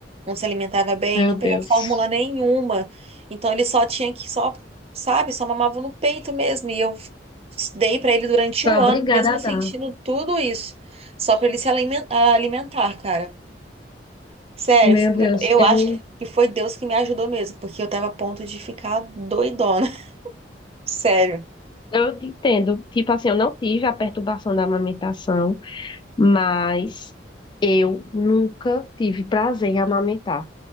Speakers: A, on the right; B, on the left.
A: não se alimentava bem,
B: Meu
A: não pegou
B: Deus.
A: fórmula nenhuma. Então ele só tinha que só, sabe, só mamava no peito mesmo. E eu dei pra ele durante
B: Foi
A: um
B: obrigada
A: ano, mesmo
B: a
A: sentindo
B: dar.
A: tudo isso, só pra ele se alimen- ah, alimentar, cara. Sério,
B: Meu Deus,
A: eu
B: eu,
A: acho que foi Deus que me ajudou mesmo, porque eu tava a ponto de ficar doidona. <laughs> Sério.
B: eu te entendo. Tipo assim, eu não tive a perturbação da amamentação. mas eu nunca tive prazer em amamentar.